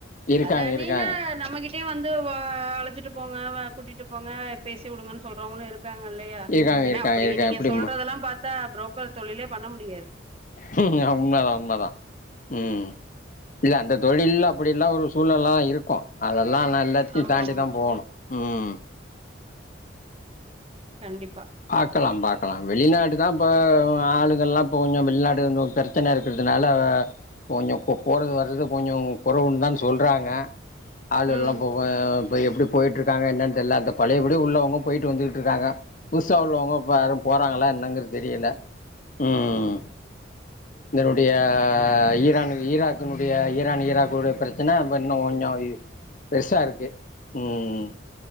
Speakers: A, on the left; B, on the right.
A: இருக்காங்க
B: அது அணியில
A: இருக்காங்க
B: நம்மகிட் ட்டயு வந்து வ அழச்சுட்டு போங்க வ கூட்டிட்டு போங்க பேசி வுடுங்கன் சொல்றவங்களு இருக் க்காங்க இல்லையா
A: இருக்காங்க
B: ஏன்னா
A: இருக்காங்க
B: அப்டி
A: இருக்காங்க
B: நீங்க
A: இப்படி
B: சொல்றதெல்லா பாத்தா புரோக்கர் தொழிலே பண்ண முடியாது
A: ம் ஹும் யா உண்மதா உண்மதா ம் இல்ல அந்த தொழில்ல அப்டிலா ஒரு சூழ்ழல்லா இருக்கு அதெல்லா நல்ல இது
B: ஆமா
A: தாண்டி
B: ஆமா
A: தா போணு ம்
B: கண்டிப்பா
A: பாக்கலா பாக்கலா வெளிநாடு தா இப்போ ஆளுகல்லா இப்ப கொஞ்ச வெளிநாடு பிர ச்சன இருக்கறதுனால கொஞ்ஜோ போறது வர்றது கொஞ்ஜோ குறைவுன் தா சொல்றாங்க ஆளு
B: ம்
A: எல்லா போவே இப்போ எப்டி போயி்ட்ருக்காங்க என்னன் தெர்ல இந்த பழையபடி உள்ளவங்க போயிட்டு வந்துட்டிருக்காங்க புஸ்சா உள்ளவங்க இப்ப ஆரு போறாங்களா என்னங்கறது தெரியல ம் இதனுடைய ஈரான் ஈராக்குனுடைய ஈரான் ஈராக்குடைய பிரச்சன இன்னு கொஞ்சோ இ பெர்ஸ்சா இருக்கு ம் ம்